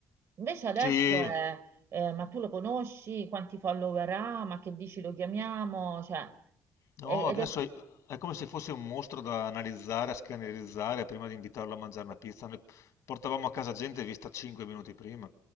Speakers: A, on the right; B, on the left.
A: Invece adesso
B: Sì,
A: è, eh, ma tu lo conosci? Quanti follower ha? Ma che dici lo chiamiamo? Cioè,
B: no,
A: e- ed
B: adesso
A: è...
B: è, è come se fosse un mostro da analizzare, a scannerizzare prima di invitarlo a mangiare una pizza. Noi portavamo a casa gente vista 5 minuti prima.